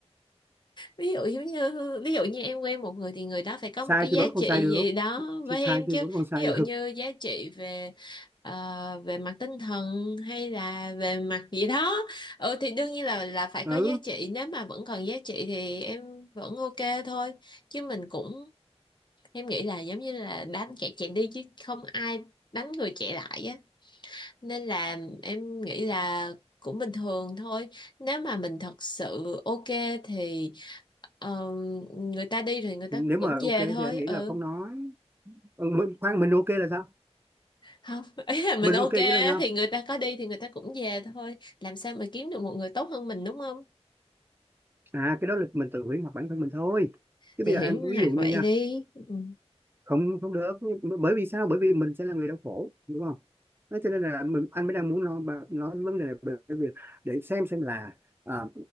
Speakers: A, on the left; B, on the right.
A: ví dụ giống như ví dụ như em quen một người thì người đó phải có
B: sai
A: một cái
B: thì
A: giá
B: vẫn còn
A: trị
B: sai được
A: gì đó
B: thì
A: với
B: sai
A: em
B: thì
A: chứ
B: vẫn còn sai
A: ví dụ
B: được
A: như giá trị về ờ, về mặt tinh thần hay là về mặt gì đó ừ thì đương nhiên là là phải có
B: ừ
A: giá trị nếu mà vẫn còn giá trị thì em vẫn ok thôi chứ mình cũng em nghĩ là giống như là đánh kẻ chạy đi chứ không ai đánh người chạy lại á nên là em nghĩ là cũng bình thường thôi nếu mà mình thật sự ok thì Ờ, người ta đi thì người ta
B: nếu
A: cũng
B: mà ok
A: về thôi
B: thì anh nghĩ
A: ừ
B: là không nói ừ, mình, khoan mình ok là sao
A: không <laughs> ý là mình
B: mình
A: ok
B: ok
A: á,
B: nghĩa là sao
A: thì người ta có đi thì người ta cũng về thôi làm sao mà kiếm được một người tốt hơn mình đúng không
B: à cái đó là mình tự hủy hoặc bản thân mình thôi chứ
A: thì
B: bây giờ
A: huyễn
B: em ví
A: hoặc
B: dụ như
A: vậy
B: nha
A: đi ừ.
B: không không được bởi vì sao bởi vì mình sẽ là người đau khổ đúng không Nói cho nên là mình, anh mới đang muốn nói nói vấn đề này bởi vì để xem xem là à,